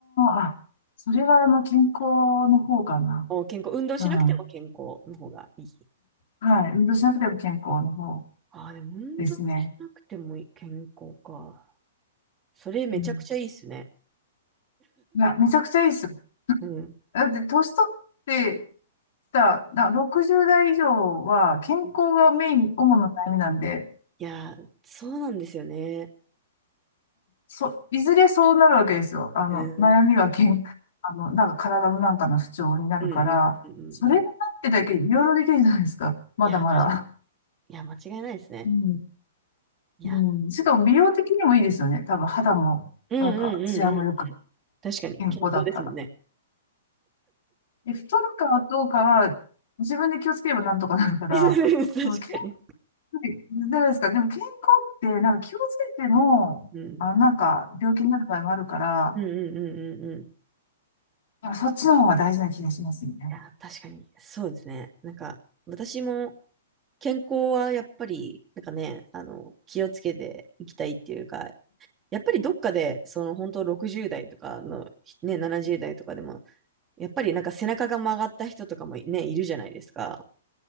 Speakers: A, on the left (about 65°); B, on the right (about 20°).
A: あ、それは、あの、健康の方かな。
B: お、健康。運動しなくても健康の方がいい。
A: うん。うんはい。運動しなくても健康の方
B: ああ、でも運動しなくてもいい健康か。
A: ですね。
B: それめちゃくちゃいいっすね。
A: うん。いや、めちゃくちゃいいですよ。
B: うん。
A: だって、年取ってきた、な、60代以上は、健康がメイン、
B: うん
A: 主な悩みなんで、
B: いやー、そうなんですよね。
A: そ、いずれそうなるわけですよ。あの、
B: うん。
A: 悩みは健、あの、なんか体のなんかの不調になるから、
B: うんうんうんうんうん。
A: それがなってだけいろいろできるじゃないですか。まだまだ。
B: いや、確かに。いや、間違いないですね。
A: うん。
B: いや。
A: うん。しかも美容的にもいいですよね。多分肌も、
B: うんうんうんうん。
A: なんか、ツヤもよく
B: 確かに。
A: 健康だったら。
B: 健康ですもんね。
A: で、太るかどうかは、自分で気をつければなんとかなるから、
B: <laughs> 確かに。
A: でも健康、じゃないですか。でも健康って、なんか気をつけても、
B: うん。
A: あの、なんか病気になる場合もあるから、
B: うんうんうんうんうん。い
A: やっぱそっちの方が大事な気がしますね。
B: や、確かに。そうですね。なんか、私も、健康はやっぱり、なんかね、あの、気をつけていきたいっていうか、やっぱりどっかで、その本当60代とかの、ね、70代とかでも、やっぱりなんか背中が曲がった人とかもね、いるじゃないですか。